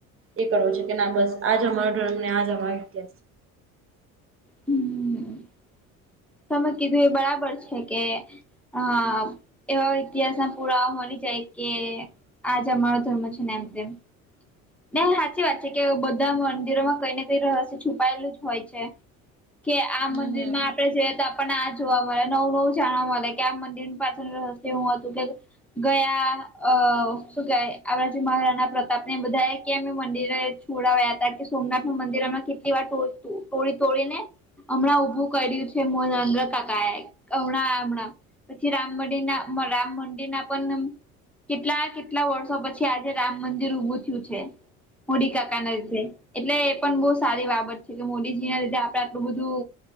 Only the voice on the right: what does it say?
એ કરવો છે કે ના બસ આ જ અમારો ઓ અમને આ જ અમાસ છે
હમ
હમ